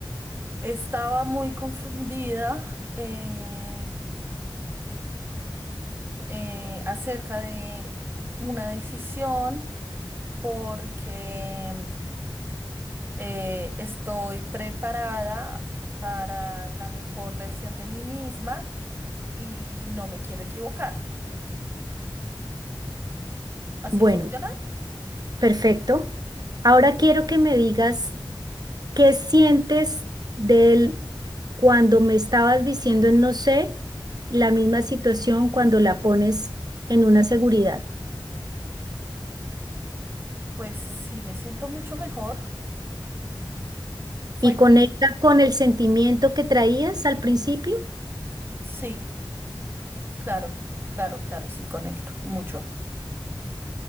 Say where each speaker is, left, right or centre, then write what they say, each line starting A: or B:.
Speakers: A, on the right (about 25°); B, on the right (about 50°).
A: estaba muy confundida eh, eh, acerca de una decisión porque eh, estoy preparada para la mejor versión de mí misma y no me quiero equivocar. ¿Así
B: Bueno,
A: funciona?
B: perfecto. Ahora quiero que me digas qué sientes del cuando me estabas diciendo en no sé, la misma situación cuando la pones en una seguridad.
A: Pues sí, me siento mucho mejor. Fue
B: Y conecta
A: como...
B: con el sentimiento que traías al principio.
A: Sí, claro, claro, claro, sí, conecta mucho.